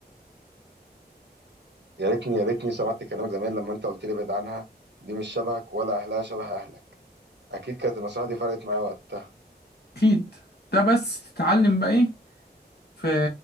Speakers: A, on the right; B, on the left.
A: يا ريتني يا ريتني سمعت كلامك زمان لما انت قلت لي ابعد عنها دي مش شبهك ولا اهلها شبه اهلك اكيد كانت النصيحه دي فرقت معايا وقتها
B: اكيد ده بس تتعلم بقى ايه في